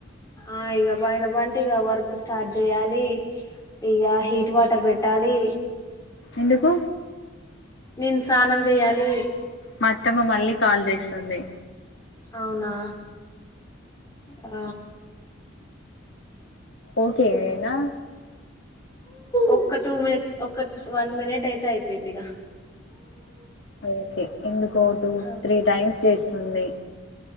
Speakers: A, on the left (about 15°); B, on the left (about 60°).
A: ఆ ఇగ పైన పంటె ఇగ వర్క్ స్టార్ట్ చేయాలి. ఇగా హీట్ వాటర్ పెట్టాలి.
B: ఎందుకు
A: నేను స్నానం చేయాలి.
B: మా అత్తమ్మ మళ్ళీ కాల్ చేస్తుంది.
A: అవునా ఆ
B: ఓకే నా
A: ఒక్క టూ మినిట్స్ ఒక్క వన్ మినిట్ అయితే అయిపోయిద్దిగా.
B: ఓకే ఎందుకో టూ
A: ఆ,
B: త్రీ టైమ్స్ చేస్తుంది.